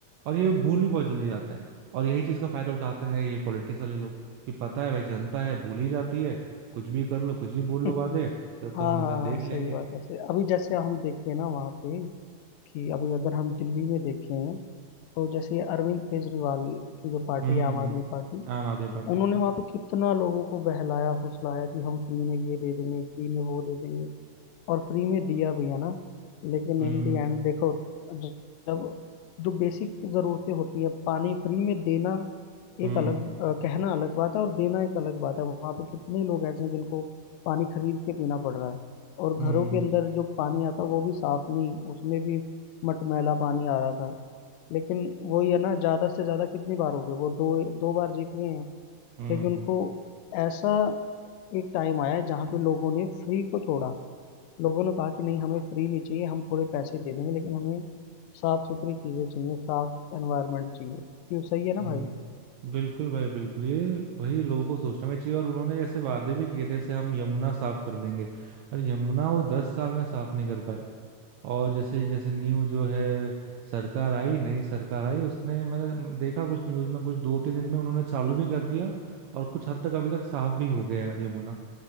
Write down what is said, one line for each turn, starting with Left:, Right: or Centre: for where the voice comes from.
Right: और ये भूल भी बहुत जल्दी जाते हैं और यही चीज का फायदा उठाते हैं ये पॉलिटिक्स वाले लोग कि पता है भाई जनता है भूल ही जाती है कुछ भी कर लो कुछ भी
Left: <laughs>
Right: बोल लो वादे फिर तो
Left: हाँ
Right: हम
Left: हाँ
Right: फिर देख
Left: हाँ सही
Right: लेंगे
Left: बात है सही अभी जैसे हम देखते हैं ना वहाँ पे कि अभी अगर हम दिल्ली में देखें तो जैसे ये अरविंद केजरीवाल की जो पार्टी
Right: हम्म
Left: है आम आदमी पार्टी
Right: आम आदमी पार्टी
Left: उन्होंने
Right: हाँ
Left: वहां पे कितना लोगों को बहलाया फुसलाया कि हम फ्री में ये दे देंगे फ्री में वो दे देंगे और फ्री में दिया भी है ना लेकिन
Right: हम्म
Left: इन दी एंड देखो ज- जब जो बेसिक जरूरतें होती है पानी फ्री में देना
Right: हम्म
Left: एक अलग अ, कहना अलग बात है और देना एक अलग बात है वहां पे कितने लोग ऐसे हैं जिनको पानी खरीद के पीना पड़ रहा है और
Right: हम्म
Left: घरों के अंदर जो पानी आता है वो भी साफ नहीं उसमें भी मटमैला पानी आ रहा था लेकिन वही है ना ज्यादा से ज्यादा कितनी बार हो गए वो दो दो बार जीत गए हैं
Right: हम्म
Left: लेकिन उनको ऐसा एक टाइम आया जहाँ पे लोगों ने फ्री को छोड़ा लोगों ने कहा कि नहीं हमें फ्री नहीं चाहिए हम थोड़े पैसे दे देंगे लेकिन हमें साफ सुथरी चीजें चाहिए साफ एनवायरनमेंट चाहिए क्यों सही है ना
Right: हम्म
Left: भाई
Right: बिल्कुल भाई बिल्कुल ये वही लोगों को सोचना भी चाहिए और उन्होंने जैसे वादे भी किए थे जैसे हम यमुना साफ कर देंगे अरे यमुना वो दस साल में साफ नहीं कर पाए और जैसे जैसे न्यू जो है सरकार आई नई सरकार आई उसने मैंने देखा कुछ न्यूज में कुछ दो तीन दिन में उन्होंने चालू भी कर दिया और कुछ हद तक अभी तक साफ भी हो गया यमुना